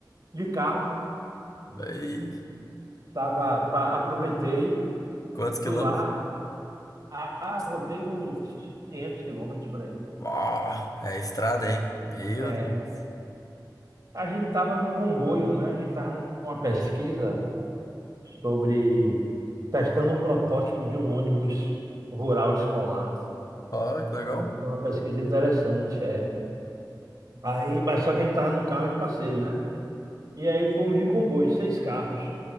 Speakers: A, on the right; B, on the left.
A: de carro.
B: Bem,
A: Tava, tá, aproveitei,
B: quantos quilômetros?
A: fui lá, a, a, rodei uns 500 quilômetros por aí.
B: Ó, é estrada, hein? Meu
A: É.
B: Deus.
A: A gente estava num comboio, né? A gente estava numa pesquisa sobre testando um protótipo de um ônibus rural escolar.
B: Ó, que legal.
A: né? Foi uma pesquisa interessante, é. Aí, mas só que a gente estava no carro de passeio, né? E aí fomos de comboio, seis carros.